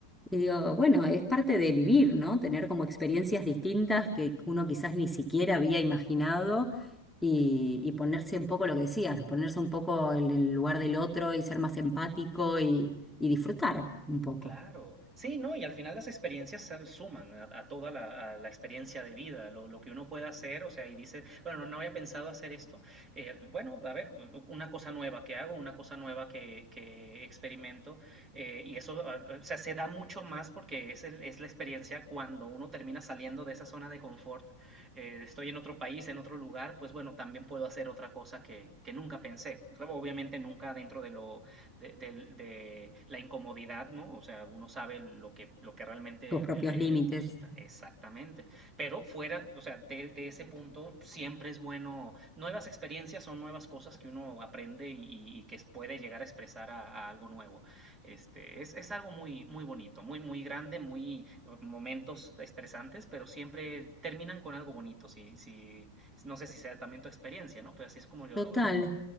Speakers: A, in the centre; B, on the right (about 20°).
A: Y digo, bueno, es parte de vivir, ¿no? Tener como experiencias distintas que uno quizás ni siquiera había imaginado y, y ponerse un poco lo que decías, ponerse un poco en el lugar del otro y ser más empático y, y disfrutar un poco
B: Claro, sí, ¿no? Y al final las experiencias se suman a, a toda la, a la experiencia de vida, lo, lo que uno pueda hacer, o sea, y dice, bueno, no, no había pensado hacer esto, eh, bueno, a ver, u- una cosa nueva que hago, una cosa nueva que, que experimento, eh, y eso, ah, o sea, se da mucho más porque es, el- es la experiencia cuando uno termina saliendo de esa zona de confort, eh, estoy en otro país, en otro lugar, pues bueno, también puedo hacer otra cosa que, que nunca pensé, claro, obviamente nunca dentro de lo de, de, de, la incomodidad, ¿no? O sea, uno sabe lo que, lo que realmente
A: tus propios
B: le,
A: límites.
B: le gusta, exactamente. Pero fuera, o sea, de, de, ese punto siempre es bueno, nuevas experiencias son nuevas cosas que uno aprende y, y que puede llegar a expresar a, a algo nuevo. Este, es, es, algo muy, muy bonito, muy, muy grande, muy uh, momentos estresantes, pero siempre terminan con algo bonito, si, si, no sé si sea también tu experiencia, ¿no? Pero así es como yo
A: Total.
B: lo veo.